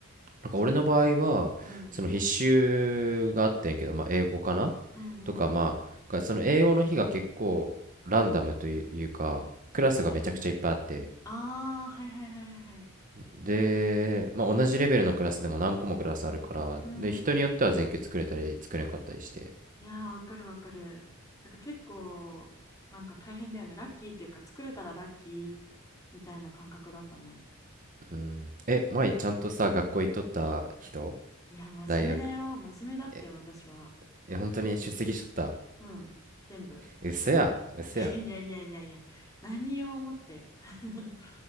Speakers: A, on the right; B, on the left.
A: なんか、
B: そうだな、
A: 俺の場合は、
B: うん、
A: その、必修があってんけど、まあ、英語かな
B: うんう
A: とか、まあ、
B: ん
A: その、英語の日が結構、ランダムというか、クラスがめちゃくちゃいっぱいあって、
B: うんえー、ああはいはいはいはい
A: で、まあ、同じレベルのクラスでも何個もクラスあるから、
B: うん
A: で、人によっては全級作れたり、作れなかったりして、
B: いやーわかるわかるだから結構なんか大変だよねラッキーっていうか作れたらラッキーみたいな感覚だったね
A: うん。え、前ちゃんとさ、学校行っとった人
B: いや真面目だよ真面目だって私は
A: 大学。え、え本当に出席しとった。
B: うん、全部。
A: え嘘や、嘘や。
B: <laughs> いやいやいやいや、何を思って。<laughs>